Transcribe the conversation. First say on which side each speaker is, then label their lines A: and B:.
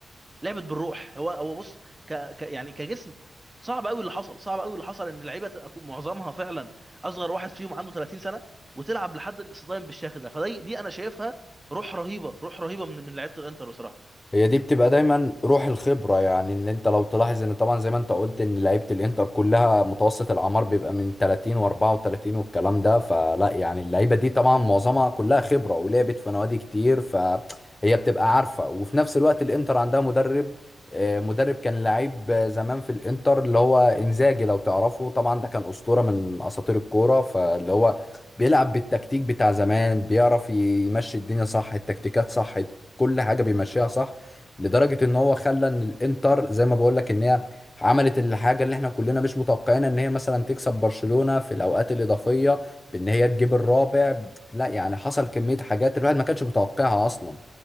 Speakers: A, on the right; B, on the left.
A: لعبت بالروح هو هو بص ك ك يعني كجسم صعب قوي اللي حصل صعب قوي اللي حصل ان اللعيبه تبقى كو- معظمها فعلا اصغر واحد فيهم عنده 30 سنه وتلعب لحد الاكستايم بالشكل ده فدي دي انا شايفها روح رهيبه روح رهيبه من من لعيبه الانتر بصراحه
B: هي دي بتبقى دايما روح الخبرة يعني ان انت لو تلاحظ ان طبعا زي ما انت قلت ان لعيبة الانتر كلها متوسط الاعمار بيبقى من 30 و34 والكلام ده فلا يعني اللعيبة دي طبعا معظمها كلها خبرة ولعبت في نوادي كتير فهي بتبقى عارفة وفي نفس الوقت الانتر عندها مدرب آه، مدرب كان لعيب آه، زمان في الانتر اللي هو انزاجي لو تعرفه طبعا ده كان اسطورة من اساطير الكورة فاللي هو بيلعب بالتكتيك بتاع زمان بيعرف يمشي الدنيا صح التكتيكات صح كل حاجة بيمشيها صح لدرجه ان هو خلى ان الانتر زي ما بقول لك ان هي عملت الحاجه اللي احنا كلنا مش متوقعينها ان هي مثلا تكسب برشلونه في الاوقات الاضافيه بان هي تجيب الرابع لا يعني حصل كميه حاجات الواحد ما كانش متوقعها اصلا